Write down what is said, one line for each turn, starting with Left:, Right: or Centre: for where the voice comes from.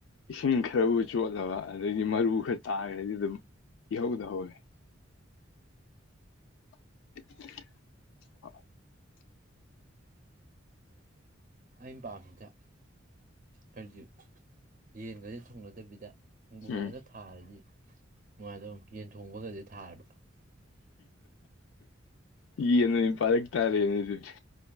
Left: ꯏꯁꯤꯡ ꯈꯔꯕꯨ ꯆꯣꯠꯂꯕ ꯑꯗꯩꯗꯤ ꯃꯔꯨ ꯈꯔ ꯇꯥꯈ꯭ꯔꯗꯤ ꯑꯗꯨꯝ ꯏꯍꯧꯗ ꯍꯧꯔꯦ <unintelligible> <unintelligible>
Right: ꯑꯩꯅ ꯄꯥꯝꯃꯤꯗ ꯍꯧꯁꯨ ꯌꯦꯟꯒꯖꯦ ꯊꯣꯡꯅꯗꯕꯤꯗ ꯍꯣꯡꯕꯨ
Left: ꯎꯝ
Right: <unintelligible> ꯊꯥꯔꯗꯤ ꯅꯨꯡꯉꯥꯏꯇꯔꯣ ꯌꯦꯟ ꯊꯣꯡꯕꯒꯗꯤ ꯊꯥꯔꯕ
Left: ꯌꯦꯟꯅꯒ ꯄꯥꯏꯔꯛ ꯇꯥꯔꯦꯅꯤ ꯑꯗꯨꯗꯤ